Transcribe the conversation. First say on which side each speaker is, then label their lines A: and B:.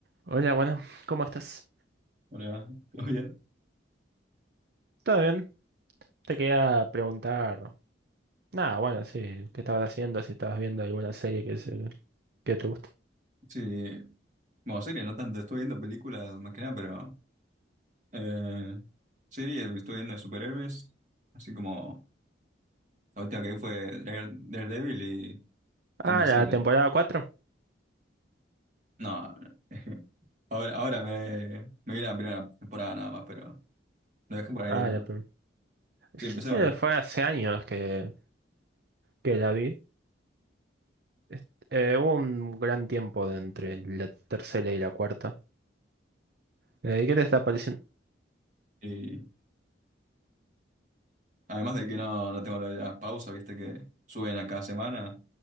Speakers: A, on the right; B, on the right.
A: Hola, bueno, ¿cómo estás?
B: Hola, ¿todo bien?
A: ¿Todo bien? Te quería preguntar. Nada, bueno, sí, ¿qué estabas haciendo? Si estabas viendo alguna serie que, se- que te gusta.
B: Sí, bueno, serie no tanto, estoy viendo películas más que nada, pero eh, serie estoy viendo de superhéroes, así como la última que vi fue Dare- Daredevil y
A: Ah,
B: Invencible.
A: la temporada 4.
B: No, no. <laughs> ahora, ahora me, me vi la primera temporada nada más, pero lo dejé por ahí,
A: Ah,
B: ¿no?
A: la primera. Yo
B: Sí, empecé
A: sí,
B: ahora.
A: fue hace años que, que la vi. Est- eh, hubo un gran tiempo de entre la tercera y la cuarta. Eh, ¿qué te está pareciendo?
B: Y además de que no, no tengo la, la pausa, viste que suben a cada semana,